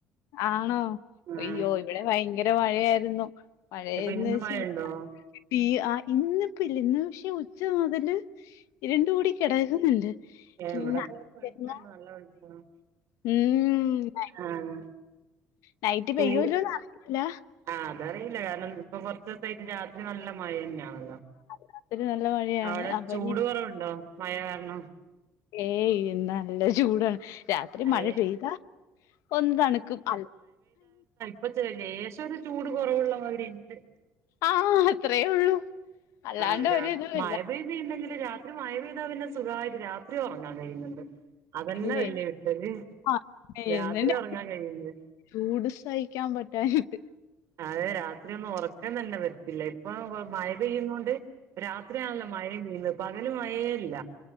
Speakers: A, on the left; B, on the right.
A: ആണോ
B: ആഹ്
A: അയ്യോ ഇവിടെ ഭയങ്കര മഴയായിരുന്നു മഴയന്ന്
B: അപ്പൊ ഇന്ന്
A: വെച്ച
B: മഴയുണ്ടോ
A: പ്പീ ആഹ് ഇന്നിപ്പ ഇല്ല ഇന്ന് പക്ഷെ ഉച്ച മുതല് ഇരുണ്ട് കൂടി കെടക്കുന്നുണ്ട് പിന്ന
B: എവിടെപ്പോ വെളിച്ചണ്ട് നല്ല വെളിച്ചമാണ്
A: ഉം
B: ആഹ്
A: നൈറ്റ്
B: ചൂ
A: പെയ്യൂല്ലോന്ന് അറിഞ്ഞില്ല
B: ആഹ് അത് അറിയില്ല കാരണം ഇപ്പൊ കൊറച്ചോസായിട്ട് രാത്രി നല്ല മഴ തന്നെയാണ്
A: രാത്രി നല്ല മഴയാണ്
B: അവിടെ
A: അപ്പൊ
B: ചൂട്
A: ഇനി
B: കൊറവുണ്ടോ മഴ കാരണം
A: ഏയ് നല്ല ചൂടാണ് രാത്രി
B: അയ്
A: മഴ പെയ്താ ഒന്ന് തണുക്കും അല്ല
B: ഇപ്പൊ ചെ ലേശം ഒരു ചൂട് കൊറവുള്ള മാതിരി ഇണ്ട്
A: ആഹ് അത്രയേ ഉള്ളൂ അല്ലാണ്ട്
B: ആഹ് രാ
A: ഒരിതുമില്ല
B: മഴ പെയ്തിണ്ടെങ്കിൽ രാത്രി മഴ പെയ്താൽ പിന്നെ സുഖമായിട്ട് രാത് ത്രി ഒറങ്ങാൻ കഴിയുന്നുണ്ട് അതന്നെ
A: ഇല്ലേ
B: വല്ല്യ കിട്ടല്
A: ആ
B: രാത്രി
A: എന്തിന്റെ
B: ഒറങ്ങാൻ കഴിയ്ണ്ട്
A: ചൂട് സഹിക്കാൻ പറ്റാഞ്ഞിട്ട്
B: അതെ രാത്രി ഒന്നും ഒറക്കം തന്നെ വരത്തില്ല ഇപ്പൊ മഴ പെയ്യുന്നത് കൊണ്ട് രാത്രിയാണല്ലോ മഴയും പെയ്ത് പകല് മഴയേ ഇല്ല